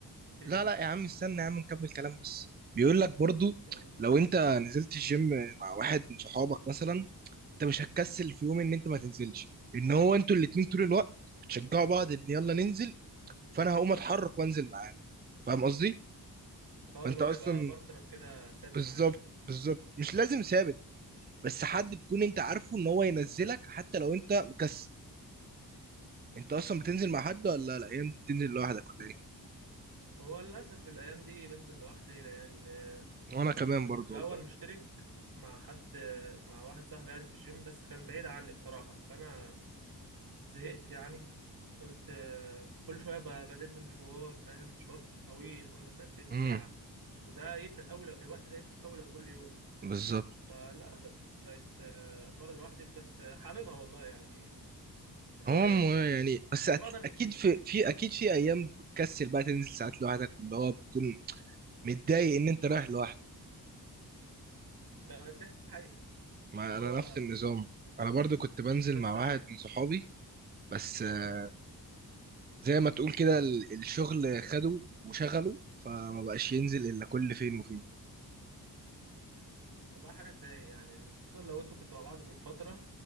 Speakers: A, on the right; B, on the right.
A: ايه
B: لا لا يا عم استنى يا عم نكمل كلام بس بيقول لك برضو
A: قول
B: لو انت نزلت الجيم مع واحد من صحابك مثلا انت مش هتكسل في يوم ان انت ما تنزلش ان هو انتوا الاتنين طول الوقت بتشجعوا بعض ان يلا ننزل فانا هقوم اتحرك وانزل معاك فاهم قصدي
A: اه
B: فانت
A: اللي هو
B: اصلا
A: يبقى بارتنر كده ثابت
B: بالظبط
A: معاك
B: بالظبط مش لازم ثابت بس حد تكون انت عارفه ان هو ينزلك حتى لو انت مكسل انت اصلا بتنزل مع حد ولا الايام دي بتنزل لوحدك ولا ايه
A: هو للاسف الايام دي بنزل لوحدي لان آه،
B: وانا كمان
A: كنت
B: برضو
A: في الاول
B: والله
A: مشترك مع حد آه، مع واحد صاحبي يعني في الجيم بس كان بعيد عني بصراحة فانا زهقت يعني قلت آه، كل شوية ب- بدب مشوار فاهم مشوار طويل قول مثلا تلت
B: امم
A: ساعة وده يفرق أوي لو الوقت ده يفرق أوي لو كل يوم
B: بالظبط
A: فللأسف بقيت آه، أتمرن لوحدي بس آه، حاببها والله يعني اللي
B: هم
A: هو ايه
B: يعني بس
A: مش
B: أت-
A: بقدر أرغي
B: اكيد
A: كتير
B: في في اكيد في ايام بتكسل بقى تنزل ساعات لوحدك اللي هو بتكون متضايق ان انت رايح لوحدك
A: ده دي حقيقة
B: ما
A: اللي
B: انا
A: هو
B: نفس النظام انا برضو كنت بنزل
A: بس
B: مع واحد
A: عارف
B: من صحابي بس آه،
A: اه
B: زي ما تقول كده ال- الشغل خده وشغله فما بقاش ينزل الا كل فين وفين
A: والله حاجة تضايق يعني خصوصا لو انتوا كنتوا مع بعض من فترة